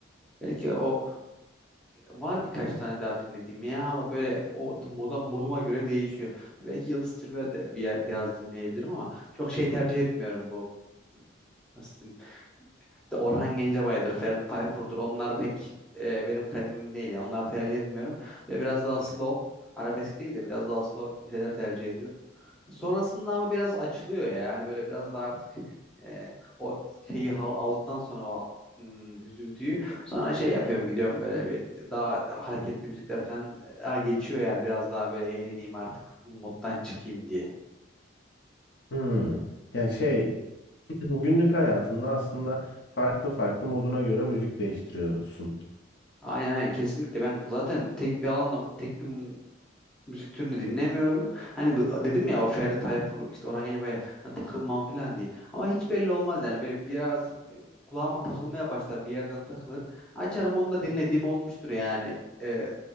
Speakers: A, in the centre; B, on the left (about 60°).
A: belki o Var birkaç tane daha dinlediğim ya ama böyle o moda, moduma göre değişiyor. Belki Yıldız Tilbe de bir, biraz dinleyebilirim ama çok şey tercih etmiyorum bu. Hmm, Nasıl diyeyim? İşte Orhan Gencebay'dır, Ferdi Tayfur'dur. Onlar pek e, benim kalemim değil ya. Onları tercih etmiyorum. Böyle biraz daha slow, arabesk değil de biraz daha slow şeyler tercih ediyorum. Sonrasında ama biraz açılıyor ya. Hani böyle biraz daha artık e, o şeyi ha- aldıktan sonra o hmm, hüzüntüyü sonra şey yapıyorum gidiyorum böyle bir daha hareketli müzikler falan e, geçiyor yani biraz daha böyle eğleneyim artık moddan çıkayım diye.
B: Hmm. Yani şey <clears throat> günlük hayatında aslında farklı farklı moduna göre müzik değiştiriyorsun.
A: Aynen aynen kesinlikle ben zaten tek bir alanda tek bir müzik türünü dinlemiyorum. Hani bu- dedim ya o Ferdi Tayfur işte Orhan Gencebay'la hani takılmam falan diye. Ama hiç belli olmaz yani böyle biraz e, kulağıma takılmaya başlar bir yerden takılır. Açarım onu da dinlediğim olmuştur yani e,